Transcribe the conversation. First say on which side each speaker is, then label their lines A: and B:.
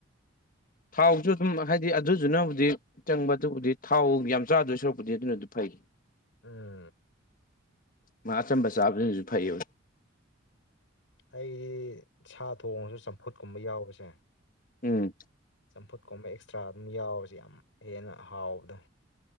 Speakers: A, on the left (about 45°); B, on the left (about 70°).
A: ꯊꯥꯎꯁꯨ ꯑꯗꯨꯝ ꯍꯥꯏꯗꯤ ꯑꯗꯨꯗꯨꯅꯕꯨꯗꯤ ꯆꯪꯕ ꯑꯗꯨꯕꯨꯗꯤ ꯊꯥꯎ ꯌꯥꯝ ꯆꯥꯗꯣꯏ ꯁꯣꯔꯛꯄꯨꯗꯤ ꯑꯗꯨꯅꯗꯤ ꯐꯩ
B: ꯎꯝ
A: ꯃꯥ ꯑꯆꯝꯕ ꯆꯥꯕꯁꯤꯅꯁꯨ ꯐꯩꯌꯦꯕ
B: ꯑꯩ ꯁꯥ ꯊꯣꯡꯉꯁꯨ ꯆꯝꯐꯨꯠꯀꯨꯝꯕ ꯌꯥꯎꯕꯁꯦ
A: ꯎꯝ
B: ꯆꯝꯐꯨꯠꯀꯨꯝꯕ ꯑꯦꯛꯁꯇ꯭ꯔꯥ ꯑꯗꯨꯝ ꯌꯥꯎꯕꯁꯦ ꯌꯥꯝ ꯍꯦꯟꯅ ꯍꯥꯎꯕꯗꯣ